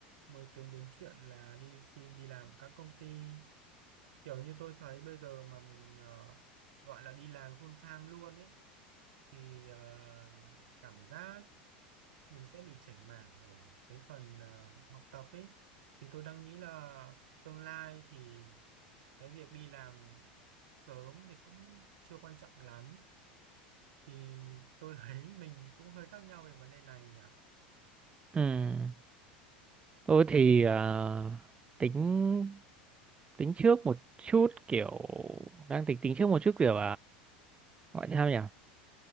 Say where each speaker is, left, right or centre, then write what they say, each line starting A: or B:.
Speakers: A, on the right; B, on the right.
A: mới tính đến chuyện là đi xin đi làm các công ty kiểu như tôi thấy bây giờ mà mình ờ, gọi là đi làm full time luôn ấy thì ờ, cảm giác mình sẽ bị chểnh mảng ở cái phần ờ, học tập ấy thì tôi đang nghĩ là tương lai thì cái việc đi làm sớm thì cũng chưa quan trọng lắm thì tôi <laughs> thấy mình cũng hơi khác nhau về vấn đề này nhỉ
B: ừm, tôi thì ờ, tính tính trước một chút kiểu đang tính tính trước một chút kiểu gọi sao nhỉ